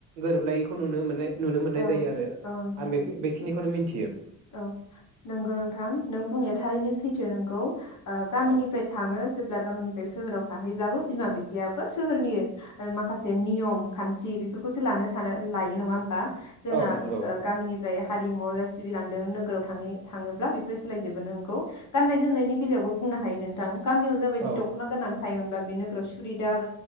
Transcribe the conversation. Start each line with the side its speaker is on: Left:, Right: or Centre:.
Right: गोरोबलायैखौ नुनो माने नुनो मोननाय
Left: औ
Right: जायो आरो
Left: औ नोंथां
Right: आं बे
Left: औ
Right: बेखिनिखौनो मिन थियो।
Left: औ नंगौ नोंथां नों बुंनाया थारैनो सैथो नोंगौ। ओ गामिनिफ्राय
Right: औ
Left: थाङो जेब्ला गामिनिफ्राय सोहोराव थाहैब्लाबो बिमा बिफा बिफायाबो सोहोरनि माखासे नियम खान्थि बेफोरखौसो लानो सानो लायो नङा होनबा जोंना
Right: औ नंगौ
Left: गामिनिफ्राय हारिमुआव सिबिलांदों नोगोराव थाङै थाङोब्ला बेफोर सोलायजोबो नोंगौ गाननाय जोमनायनि बेलायावबो बुंनो हायो नोंथां। गामियाव जाबायदि
Right: औ
Left: दख'ना गाननानै थायोमोनबा बे नोगोराव सुरिदार